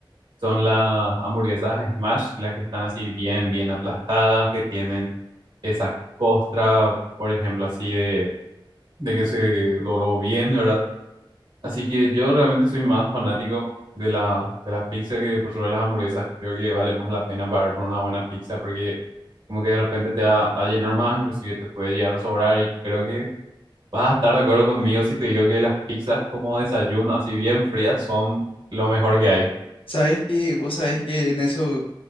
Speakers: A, on the right; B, on the left.
A: son las hamburguesas Smash, las que están así bien, bien aplastadas, que tienen esa costra, por ejemplo, así de, de que se dobló bien, ¿verdad? Así que yo realmente soy más fanático de la, de las pizzas que por sobre las hamburguesas. Creo que vale más la pena pagar por una buena pizza porque como que de repente te va a llenar más, inclusive te puede llegar a sobrar y creo que vas a estar de acuerdo conmigo si te digo que las pizzas como desayuno, así bien frías, son lo mejor que hay.
B: Sabes que, vos sabes que en eso